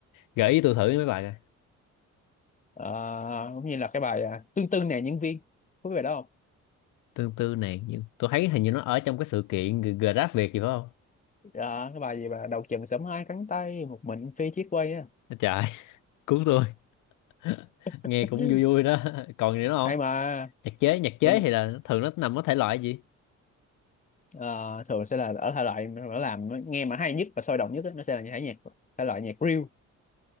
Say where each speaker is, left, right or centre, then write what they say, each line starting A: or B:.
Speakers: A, on the left (about 85°); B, on the left (about 25°).
A: gợi ý tôi thử mấy bài coi.
B: Ờ, cũng như là cái bài à, tương tư nè nhân viên có biết bài đó không
A: Tương tư này nhưng tôi thấy hình như nó ở trong cái sự kiện Grab Việt gì phải không?
B: Ờ, cái bài gì mà đầu chừng sớm hai cánh tay một mình phi chiếc quay á
A: Trời, <laughs> cứu tôi. <laughs>
B: <laughs>
A: Nghe cũng vui vui đó. Còn gì nữa không?
B: hay mà
A: nhạc chế nhạc chế
B: giống như,
A: thì là thường nó nằm ở thể loại gì
B: ờ, thường sẽ là ở thể loại mà nó làm nó nghe mà hay nhất và sôi động nhất á, nó sẽ là những thể nhạc thể loại nhạc reel